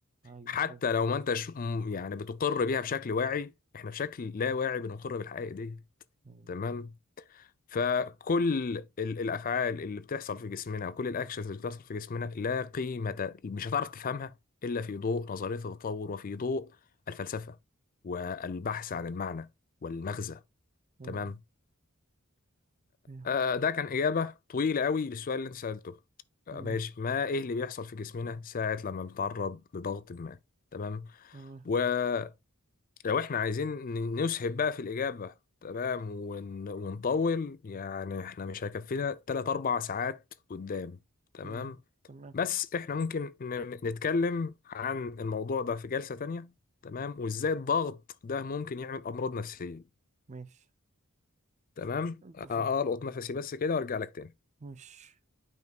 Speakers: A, on the right (about 30°); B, on the left (about 40°).
A: ايوه
B: حتى
A: ايوه
B: لو ما انتش م- يعني بتقر بيها بشكل واعي احنا بشكل لا واعي بنقر بالحقائق دي
A: مم.
B: تمام فكل ال- الافعال اللي بتحصل في جسمنا وكل الاكشنز اللي بتحصل في جسمنا لا قيمة مش هتعرف تفهمها الا في ضوء نظرية التطور وفي ضوء الفلسفة والبحث عن المعنى والمغزى
A: مم.
B: تمام
A: مم.
B: آه، ده كان إجابة طويلة قوي للسؤال اللي أنت سألته آه،
A: مم.
B: ماشي ما إيه اللي بيحصل في جسمنا ساعة لما بنتعرض لضغط ما تمام
A: تمام
B: ولو إحنا عايزين ن- نسهب بقى في الإجابة تمام ون... ونطول يعني إحنا مش هيكفينا تلات أربع ساعات قدام تمام
A: مم. تمام
B: بس إحنا ممكن ن... نتكلم عن الموضوع ده في جلسة تانية تمام وإزاي الضغط ده ممكن يعمل أمراض نفسية
A: ماشي
B: تمام
A: اتفقنا
B: آه، ألقط نفسي بس كده وأرجع لك تاني
A: ماشي